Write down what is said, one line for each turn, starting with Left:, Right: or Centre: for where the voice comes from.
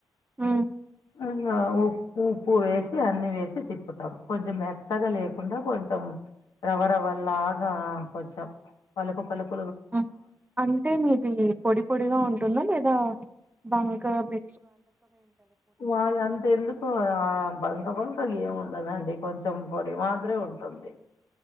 Right: ఉమ్,
Left: అనా ఓ ఉప్పు వేసి అన్ని వేసి తిప్పుతాం కొంచెం మెత్తగా లేకుండా కొంచెం రవ్వ రవ్వ లాగా కొంచెం పలుకు పలుకు
Right: ఉ అంటే మీది పొడి పొడిగా ఉంటుందా లేదా బంకగ పె
Left: వాళ్ళంత ఎందుకు ఆ బంగ బంగ్ టల్ ఏం ఉండదండి కొంచెం పొడి మాదిరే ఉంటుంది